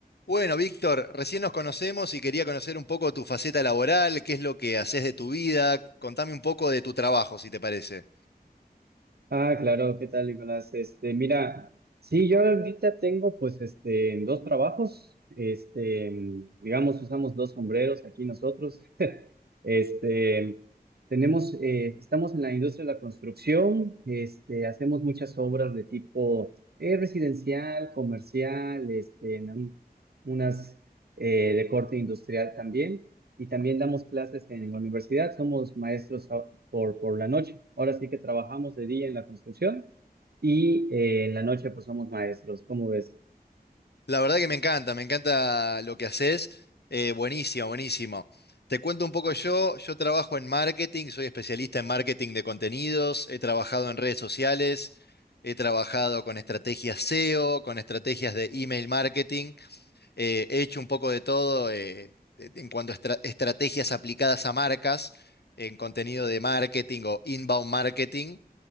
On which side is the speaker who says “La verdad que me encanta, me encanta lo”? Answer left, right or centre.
Left